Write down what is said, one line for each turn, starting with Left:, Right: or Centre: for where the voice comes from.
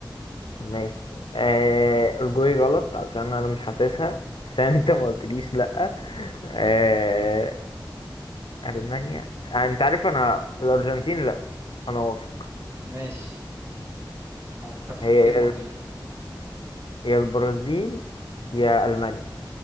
Left: ماشي آه الجوي غلط علشان انا مش حاسسها عشان انت ما قلتليش لا
Right: <laughs>
Left: آه المانيا آه انت عارف انا الارجنتين لا انا واثق
Right: ماشي منطق تفكير
Left: هي يا
Right: منطقي
Left: ال- يا البرازيل يا المانيا